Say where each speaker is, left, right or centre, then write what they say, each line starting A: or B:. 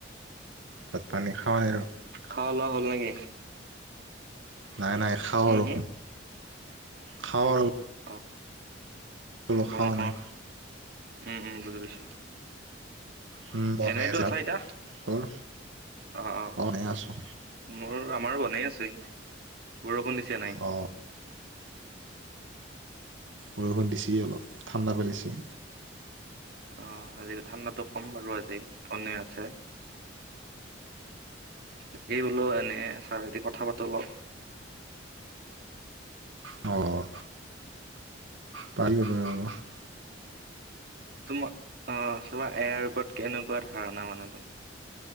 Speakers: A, on the right; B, on the right.
A: তাত পানী খাওঁ আৰু।
B: খাৱা লোৱা হ'ল নেকি।
A: নাই, নাই খাওঁ
B: উম
A: আৰু
B: হুম
A: খাওঁ আৰু।
B: অ
A: বোলো
B: বনোৱা
A: খাৱা নাই
B: উম, উম বুজি পাইছোঁ।
A: উম, বনাই
B: এনেইতো
A: আছে
B: আছা
A: ভাত
B: এতিয়া
A: তোৰ
B: অ, অ।
A: এনে আছোঁ
B: মোৰ আমাৰো বনাই আছে বৰষুণ দিছে ন
A: অ। বৰষুণ দিছে অলপ ঠাণ্ডা ফেলেচি।
B: অ আজি ঠাণ্ডাতো কম বাৰু আজি অইন দিনাতচে। তাকে বোলো এনে আছা যদি কথা পাতো অলপ।
A: অ। <unintelligible>
B: তোমাৰ অ তোমাৰ এয়াৰ ওপৰত কেনেকুৱা ধাৰণা মানে তোম